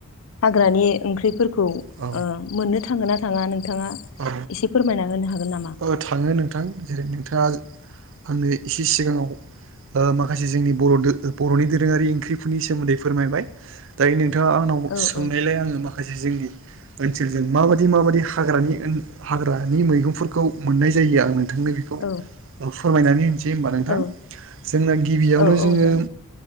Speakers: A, on the left; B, on the right.
A: हाग्रानि ओंख्रिफोरखौ ओ
B: औ
A: मोननो थाङोना थाङा नोंथाङा
B: औ
A: एसे फोरमायना होनो हागोन नामा?
B: ओ थाङो नोंथां जेरै नोंथाङा आंनो एसे सिगाङाव ओ माखासे जोंनि बर' दो बर'नि दोरोङारि ओंख्रिफोरनि सोमोन्दै फोरमायबाय। दायो नोंथाङा आंनाव
A: औ
B: सोंनायलाय
A: औ
B: आङो मा खासे जोंनि ओनसोलजों माबादि माबादि हाग्रानि ओन हाग्रानि मैगंफोर खौ मोननाय जायो आं नोंथांनो बि खौ
A: औ
B: ओ फोरमायनानै होनसै होमबा नोंथां।
A: औ
B: जोंना गिबियावनो
A: औ औ
B: जोङो
A: जागोन